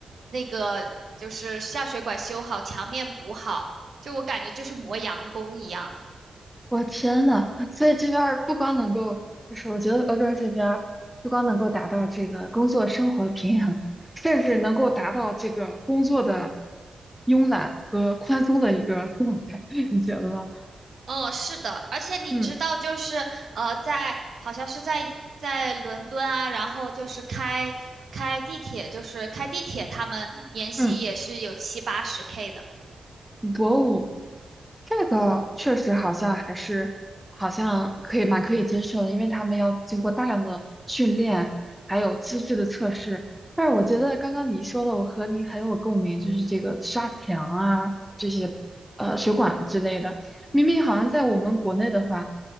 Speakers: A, on the right (about 60°); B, in the centre.
A: 那个就是下水管修好，墙面补好，就我感觉就是磨洋工一样。
B: 我天呐，所以这边儿不光能够，就是我觉得欧洲这边儿不光能够达到这个工作生活平衡，甚至能够达到这个工作的慵懒和宽松的一个状态，<laughs> 你觉得吗？
A: 嗯，是的，而且你知道，
B: 嗯
A: 就是呃，在好像是在在伦敦啊，然后就是开开地铁，就是开地铁，他们年薪也是有七八十
B: 嗯。
A: K 的。
B: 博物，这个确实好像还是好像可以蛮可以接受的，因为他们要经过大量的训练，还有资质的测试。但是我觉得刚刚你说的，我和你很有共鸣，就是这个刷墙啊，这些呃水管之类的，明明好像在我们国内的话，